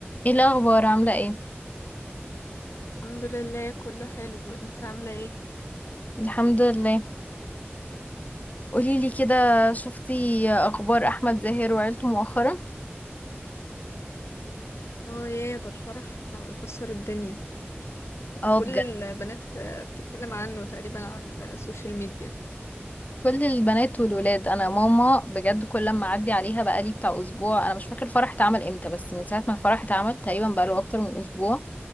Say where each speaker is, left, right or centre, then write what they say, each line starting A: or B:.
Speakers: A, on the left (about 35°); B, on the left (about 85°).
A: ايه الاخبار عامله ايه
B: الحمد لله كله حلو انت عاملة ايه؟
A: الحمد لله قولي لي كده شفتي اخبار احمد زاهر وعيلته مؤخرا
B: اه يا ده الفرح كسر الدنيا
A: اه
B: كل
A: بجد
B: البنات آه، بتتكلم عنه تقريبا على السوشيال ميديا
A: كل البنات والولاد انا ماما بجد كل لما اعدي عليها بقالي بتاع اسبوع انا مش فاكر الفرح اتعمل امتى بس من ساعه ما الفرح اتعمل تقريبا بقاله اكتر من اسبوع